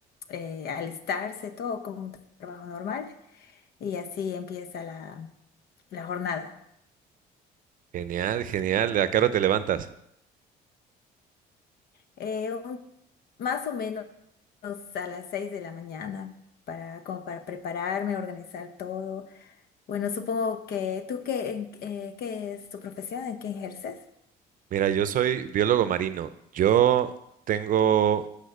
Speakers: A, on the left (about 70°); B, on the right (about 55°).
A: eh, alistarse todo como un trabajo normal y así empieza la, la jornada.
B: Genial, genial. ¿A qué hora te levantas?
A: Eh, un- más o menos a las seis de la mañana para, como para prepararme, organizar todo. Bueno, supongo que tú que, en- eh, ¿qué es tu profesión? ¿En qué ejerces?
B: Mira, yo soy biólogo marino. Yo tengo